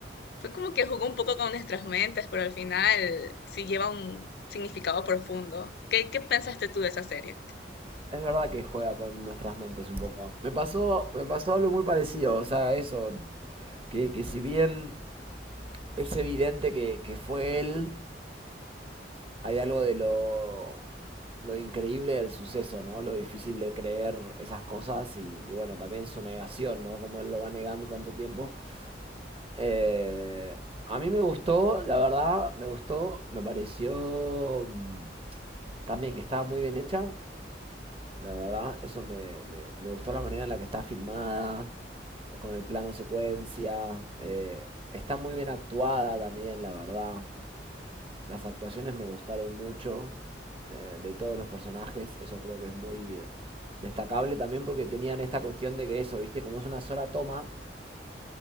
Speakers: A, on the left; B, on the right.
A: Fue como que jugó un poco con nuestras mentes, pero al final sí lleva un significado profundo. ¿Qué, qué pensaste tú de esa serie?
B: Es verdad que juega con nuestras mentes un poco. Me pasó, me pasó algo muy parecido. O sea, eso. Que, que si bien es evidente que, que fue él, Hay algo de lo, lo increíble del suceso, ¿no? Lo difícil de creer esas cosas y, y bueno, también su negación, ¿no? Como él lo va negando tanto tiempo. Eh, a mí me gustó, la verdad, me gustó, me pareció mm, también que estaba muy bien hecha, la verdad, eso me, me- me gustó la manera en la que está filmada, con el plano secuencia, eh, está muy bien actuada también, la verdad. Las actuaciones me gustaron mucho eh, de todos los personajes, eso creo que es muy eh, destacable también porque tenían esta cuestión de que eso, viste, como es una sola toma,